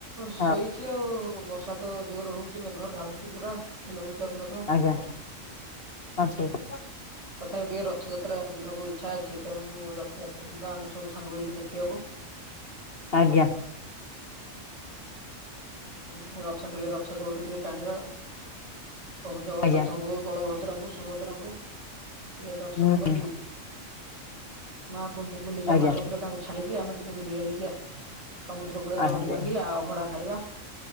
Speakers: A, on the right; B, on the left.
A: ଶୋଇଚି
B: ହଁ
A: ଆଉ ବର୍ଷା ତ ଜୋରରେ ହଉଚି ମେଘ ଢାଳୁଚି ପୁରା। ଲଘୁଚାପ ମେଘ
B: ଆଜ୍ଞା ଆଚ୍ଛା।
A: ତଥାପି ଟିକେ ରଥଯାତ୍ରା ଯିବାକୁ ଇଚ୍ଛା ଅଛି। ତେଣୁ ମୁଁ ରଥଯାତ୍ରା ଯିବା ଆମେ ସବୁ ସାଙ୍ଗ ହେଇକି ଦେଖିବାକୁ।
B: ଆଜ୍ଞା।
A: ହୁଁ ରଥ ଟିକେ ରଥ ଦୌଡି ଟିକେ ଟାଣିବା। ପ୍ରଭୁ ଜଗନ୍ନାଥଙ୍କୁ
B: ଆଜ୍ଞା
A: ବଳଭଦ୍ରଙ୍କୁ ସୁଭଦ୍ରାଙ୍କୁ ଟିକେ ଦର୍ଶନ
B: ହୁଁ
A: କରି ମା ଗୁଣ୍ଡି ଗୁଣ୍ଡିଚା
B: ଆଜ୍ଞା
A: ମା କତିରେ ତାଙ୍କୁ ଛାଡିକି ଆମେ ଟିକେ ବୁଲିିବାଲିକି ଆସ୍ ସମୁଦ୍ର କୂଳରେ
B: ଆଜ୍ଞା
A: ଲହଡି ଭାଙ୍ଗିଆ ଆଉ ଅଭଡା ଖାଇବା।